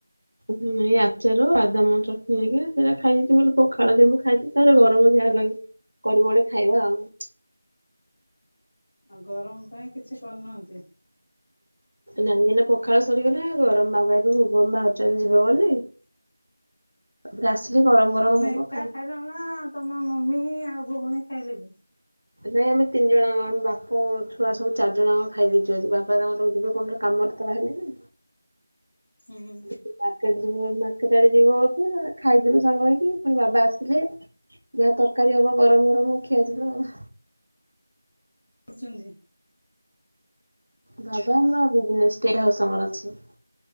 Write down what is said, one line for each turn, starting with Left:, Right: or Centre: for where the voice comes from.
Right: ହୁଁ ଏ ଆଚାର ଆଦାମ ଚଟନି ହେରିକା ହେରା ଖାଇଦେଇଛି। ମୁଁ କହିଲି ପଖାଳ ଦେ ମୁଁ ଖାଇଛି। ପରେ ଗରମ ଯାହା ହେଲେ ବି କରିବଣି ଖାଇବା ଆଉ।
Left: ଆଉ ଗରମ ପାଇଁ କିଛି କରିନାହାନ୍ତି।
Right: ନାଇଁ ମାନେ ପଖାଳ ସରିଗଲା। ଗରମ ବାବା ଏବେ ଭୁବନ ବାହାରୁଛନ୍ତି ଯିବେ ବୋଲି। ତାପରେ ଆସିଲେ ଗରମ ଗରମ
Left: ତମେ
Right: ହବ
Left: ଏକା
Right: ଖାଇବୁ।
Left: ଖାଇଲ ନା ତମ ମମି ଆଉ ଭଉଣୀ ଖାଇଲେଣି।
Right: ନାଇଁ ଆମେ ତିନି ଜଣ ବାପ ଛୁଆ ସବୁ ଚାରି ଜଣଯାକ ଖାଇଦେଇଛନ୍ତି ଆଜି। ବାପା ତାଙ୍କର ଯିବେ କଣ ଗୋଟେ କାମରେ। ବାପା ବାହାରିଲେଣି।
Left: ହୁଁ।
Right: ସେ ମାର୍କେଟ ଯିବ ବୋଲି ମାର୍କେଟ ଆଡେ ଯିବ ବୋଧେ ଖାଇଦେଲୁ ସାଙ୍ଗହେଇକି। ପୁଣି ବାବା ଆସିଲେ। ଯାହା ତରକାରୀ ହବ ଗରମ ଗରମ ଖିଆଯିବ ଆଉ।
Left: କରୁଛନ୍ତି।
Right: ବାବା ଆମର ବିଜନେସଟା ଅଛି।